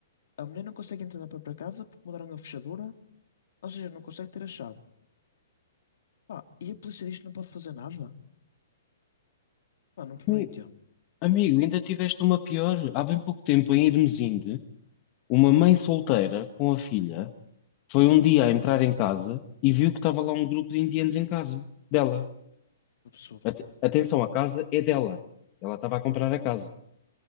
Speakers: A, on the left; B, on the left.
A: A mulher não consegue entrar na própria casa porque mudaram a fechadura, ou seja, não consegue ter a chave. Pá, e a polícia diz que não pode fazer nada? Pá, não,
B: amigo,
A: não entendo.
B: amigo, ainda tiveste uma pior. Há bem pouco tempo, em Irmesinde, uma mãe solteira com a filha foi um dia a entrar em casa e viu que estava lá um grupo de indianos em casa dela.
A: Absurdo.
B: Ate- atenção, a casa é dela. Ela estava a comprar a casa.